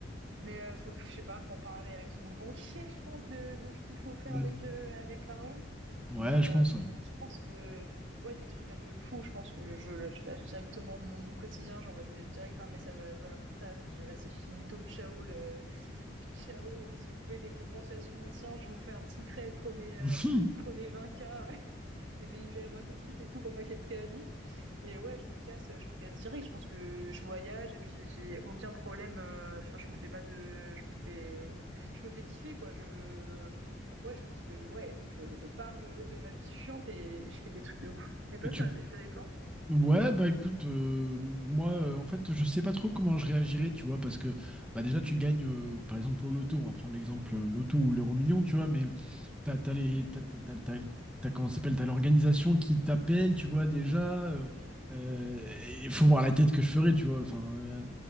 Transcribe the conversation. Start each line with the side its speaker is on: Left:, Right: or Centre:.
Right: Mais euh, faut, je sais pas, faut en parler avec son banquier, je pense, de, de ce qu'il faut faire
Centre: Mmh.
Right: avec euh, avec l'argent.
Centre: Ouais,
Right: Mais
Centre: je
Right: euh,
Centre: pense, ouais.
Right: je pense que ouais, des trucs un peu fous. Je pense que je, lâche lâche directement mon, mon quotidien. J'envoie des- direct un message à, à mon taf. Je dis bah, c'est finito, ciao, le, ciao. euh, Si vous voulez des compensations, tiens, je vous fais un petit prêt. Prenez euh,
Centre: <laughs>
Right: prenez vingt k <laughs> mais libérez-moi tout de suite et tout pour pas qu'il y ait de préavis. Et ouais, je me casse, je me casse direct. Je pense que je voyage et puis j'ai aucun problème. euh, Enfin, je me fais pas de, je me fais, je me fais kiffer quoi. Je, ouais, je pense que ouais, je, je pars de, de ma vie chiante et je fais des trucs de ouf. Et toi,
Centre: Et tu...
Right: t'as des, t'as des plans?
Centre: Ouais, bah écoute, euh, moi, euh, en fait, je sais pas trop comment je réagirais, tu vois, parce que bah déjà, tu gagnes, euh, par exemple, au loto, on va prendre l'exemple euh, loto ou l'euro million, tu vois, mais t'as, t'as les, t'as, t'as- t'as- t'as- t'as- comment ça s'appelle, t'as l'organisation qui t'appelle, tu vois, déjà, euh, euh, il faut voir la tête que je ferais, tu vois, enfin, euh,